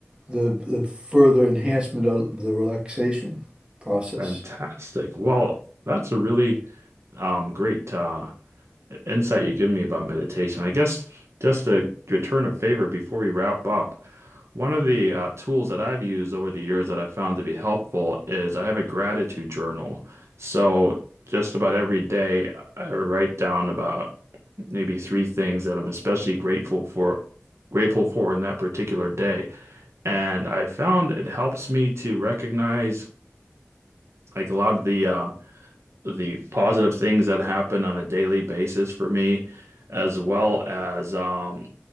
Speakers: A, on the right; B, on the right.
A: the the further enhancement of the relaxation process.
B: Fantastic. Well, that's a really um great uh insight you give me about meditation. I guess just to return a favor before we wrap up, one of the uh, tools that I've used over the years that I've found to be helpful is I have a gratitude journal. So just about every day, I write down about maybe three things that I'm especially grateful for. Grateful for in that particular day. And I found it helps me to recognize like a lot of the um, the positive things that happen on a daily basis for me, as well as um,